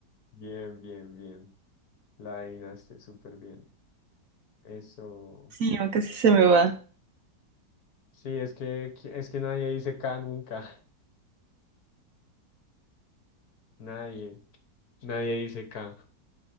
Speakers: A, on the left; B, on the right.
A: Bien, bien, bien. La adivinaste súper bien. Eso.
B: Sí, aunque sí se me va.
A: Sí, es que, es que nadie dice K nunca. <laughs> Nadie. Nadie dice K.